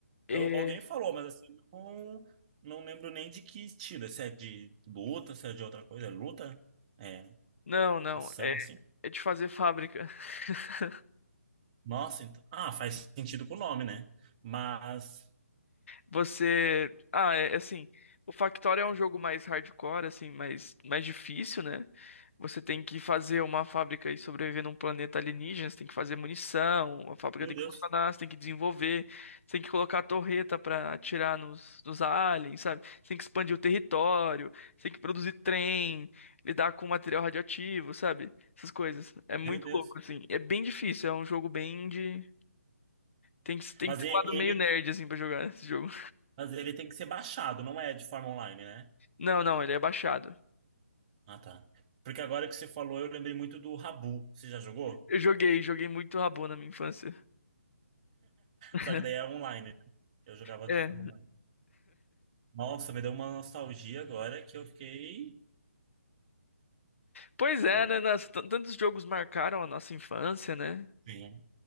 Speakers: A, on the left (about 55°); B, on the right (about 25°).
A: É,
B: Eu- alguém falou, mas assim, não, não lembro nem de que estilo. Se é de luta, se é de outra coisa. É luta? É
A: não, não.
B: ação,
A: É,
B: assim?
A: é de fazer fábrica. <laughs>
B: Nossa, então. Ah, faz sentido com o nome, né? Mas.
A: Você. Ah, é é assim. O Factorio é um jogo mais hardcore, assim, mais, mais difícil, né? Você tem que fazer uma fábrica e sobreviver num planeta alienígena, você tem que fazer munição, a fábrica
B: Meu
A: tem
B: Deus,
A: que funcionar, você tem que desenvolver, você tem que colocar a torreta pra atirar nos, nos aliens, sabe? Você tem que expandir o território, você tem que produzir trem, lidar com material radioativo, sabe? Essas coisas. É muito
B: meu Deus.
A: louco, assim. É bem difícil, é um jogo bem de. Tem que, tem
B: Mas
A: que ter
B: e-
A: um lado
B: ele,
A: meio nerd, assim, pra jogar <laughs> esse jogo.
B: mas ele tem que ser baixado, não é de forma online, né?
A: Não, não, ele é baixado.
B: Ah, tá. Porque agora que você falou, eu lembrei muito do Rabu. Você já jogou?
A: Eu joguei, joguei muito Rabu na minha infância. <laughs>
B: Só que daí é online. né? Eu jogava
A: É.
B: de forma online. Nossa, me deu uma nostalgia agora que eu fiquei.
A: Pois é,
B: Nossa,
A: né? Nossa, tan- tantos jogos marcaram a nossa infância, né?
B: sim.